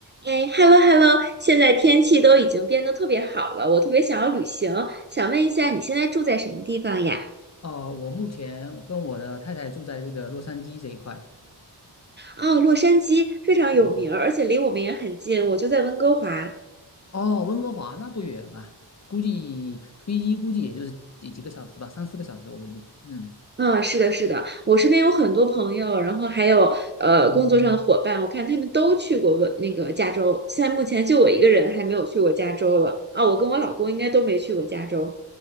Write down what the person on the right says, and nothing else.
哎，hello hello，现在天气都已经变得特别好了，我特别想要旅行，想问一下你现在住在什么地方呀？
哦，洛杉矶非常有名儿，
而且离我们也很近，我就在温哥华。
嗯，是的，是的，我身边有很多朋友，然后还有呃工作上的伙伴，
我看他们都去过温那个加州，现在目前就我一个人还没有去过加州了。啊、我跟我老公应该都没去过加州。